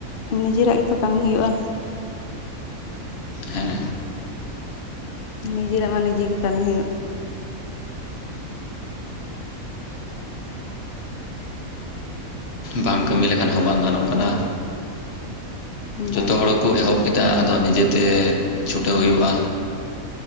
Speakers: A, on the left; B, on the left.
A: ᱱᱤᱡᱮᱨᱟᱜ ᱜᱮᱛᱚ ᱠᱟᱹᱢᱤ ᱦᱩᱭᱩᱜᱼᱟ᱾
B: ᱦᱮᱸ
A: ᱱᱤᱡᱮᱨᱟᱜ ᱢᱟ ᱱᱤᱡᱮᱜ ᱜᱮ ᱠᱟᱹᱢᱤ ᱦᱩᱭᱩᱜ᱾
B: ᱵᱟᱝ ᱠᱟᱹᱢᱤ ᱞᱮᱠᱷᱟᱱ ᱦᱚᱸ ᱵᱟᱝ ᱜᱟᱱᱚᱜ ᱠᱟᱱᱟ᱾
A: ᱵᱟᱝ
B: ᱡᱚᱛᱚ ᱦᱚᱲ ᱠᱚ ᱮᱦᱚᱵ ᱠᱮᱫᱟ ᱟᱫᱚ ᱱᱤᱡᱮᱛᱮ ᱪᱷᱩᱴᱟᱹᱣ ᱦᱩᱭᱩᱜᱼᱟ᱾